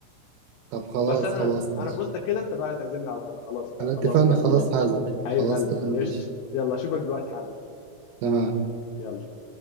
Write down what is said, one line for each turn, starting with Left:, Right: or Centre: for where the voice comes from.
Right: طب خلاص
Left: بس انا
Right: خلاص ماشي
Left: انا فزتك كده انت بقى تعزمني على الغدا خلاص بقى
Right: على
Left: خلاص
Right: اتفقنا
Left: كده
Right: خلاص
Left: خلصت
Right: هعزم
Left: حبيب
Right: خلاص
Left: قلبي
Right: تمام ماشي
Left: قشطه يلا اشوفك دلوقتي حالا
Right: تمام
Left: يلا